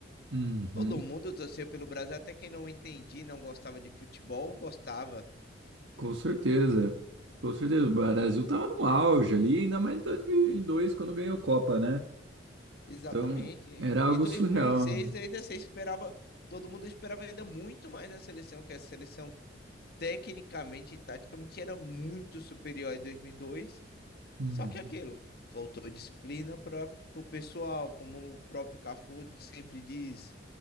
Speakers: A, on the right; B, on the left.
A: Uhum.
B: Todo mundo torcia pelo Brasil, até quem não entendia, não gostava de futebol, gostava.
A: Com certeza, com certeza. O Brasil tava no auge ali, ainda mais em 2002, quando ganhou a Copa, né?
B: Exatamente.
A: Então, era algo
B: E 2006
A: surreal.
B: ainda você esperava, todo mundo esperava ainda muito mais a seleção, que a seleção tecnicamente e taticamente era muito superior em 2002.
A: Uhum,
B: Só que é aquilo, faltou disciplina para o pessoal, como o próprio Cafu sempre diz.